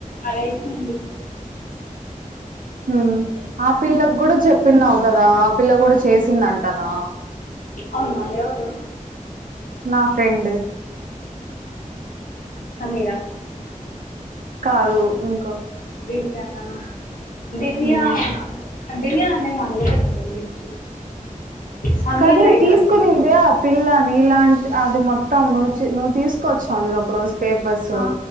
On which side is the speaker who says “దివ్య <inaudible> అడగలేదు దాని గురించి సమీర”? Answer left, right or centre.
Left